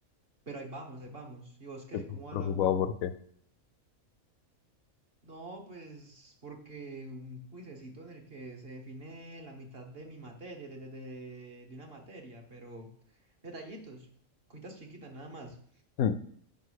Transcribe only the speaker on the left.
Estoy
preocupado
porque,
hmm,